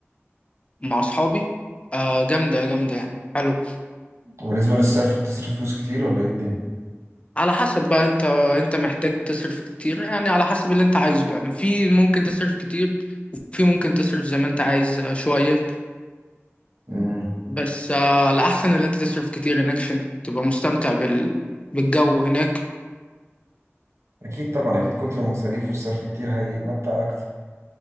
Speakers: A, on the left (about 25°); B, on the right (about 75°).
A: مع اصحابي آه جامده جامده يعني حلو
B: وبالنسبه للصرف بتصرف فلوس كتير ولا ايه الدنيا
A: على حسب بقى انت انت محتاج تصرف كتير يعني على حسب اللي انت عايزه يعني في ممكن تصرف كتير وفي ممكن تصرف زي ما انت عايز آه، شويه
B: امم
A: بس آه الاحسن اللي انت تصرف كتير هناك عشان تبقى مستمتع بال بالجو هناك
B: اكيد طبعا اكيد كتر المصاريف والصرف كتير هيمتع اكتر